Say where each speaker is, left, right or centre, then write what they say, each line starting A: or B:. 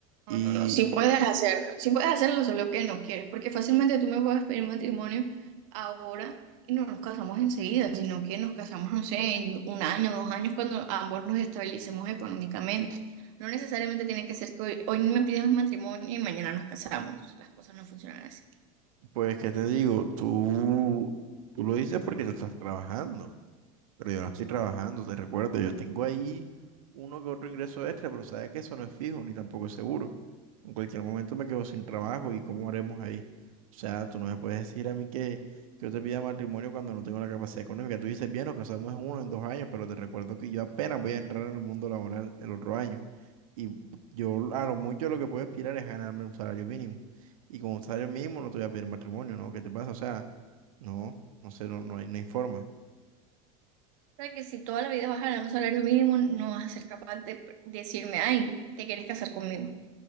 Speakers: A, on the right (about 65°); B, on the right (about 80°).
A: No,
B: Y
A: no, no, sí puedes hacerlo. Sí puedes hacerlo, solo que no quieres, porque fácilmente tú me puedes pedir matrimonio ahora y no nos casamos enseguida, sino que nos casamos, no sé, en un año, dos años, cuando ambos nos estabilicemos económicamente. No necesariamente tiene que ser que hoy, hoy me pidas matrimonio y mañana nos casamos. Las cosas no funcionan así.
B: pues, ¿qué te digo? Tú, tú lo dices porque tú estás trabajando. Pero yo no estoy trabajando, te recuerdo, yo tengo ahí uno que otro ingreso extra, pero sabes que eso no es fijo ni tampoco es seguro. En cualquier momento me quedo sin trabajo y ¿cómo haremos ahí? O sea, tú no me puedes decir a mí que, que yo te pida matrimonio cuando no tengo la capacidad económica. Tú dices, bien, nos casamos en uno, en dos años, pero te recuerdo que yo apenas voy a entrar al mundo laboral el otro año. Y yo a lo mucho lo que puedo aspirar es ganarme un salario mínimo. Y con un salario mínimo no te voy a pedir matrimonio, ¿no? ¿Qué te pasa? O sea, no, no sé, no, no hay, no hay forma.
A: O sea, que si toda la vida vas a ganar un salario mínimo, no vas a ser capaz de decirme, ay, ¿te quieres casar conmigo?